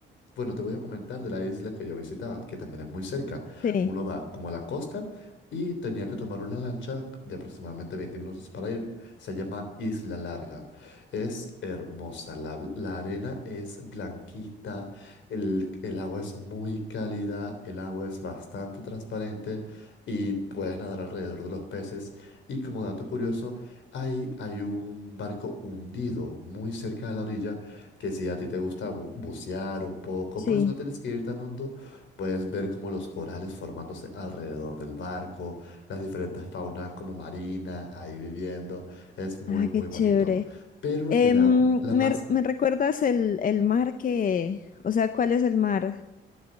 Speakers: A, on the left (about 70°); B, on the left (about 45°).
A: Bueno, te voy a comentar de la isla que yo visitaba, que también es muy cerca.
B: sí,
A: Uno va como a la costa y tenía que tomar una lancha de aproximadamente 20 minutos para ir. Se llama Isla Larga. Es hermosa, la, la arena es blanquita, el, el agua es muy cálida, el agua es bastante transparente y puedes nadar alrededor de los peces. Y como dato curioso, ahí hay un barco hundido muy cerca de la orilla que si a ti te gusta bu- bucear un poco,
B: sí.
A: pues no tienes que ir tan hondo, puedes ver como los corales formándose alrededor del barco, las diferentes faunas como marina ahí viviendo, es muy
B: Ah,
A: muy
B: qué chévere.
A: bonito. Pero
B: Em,
A: la, la
B: ¿me,
A: más,
B: me recuerdas el, el mar que, o sea, cuál es el mar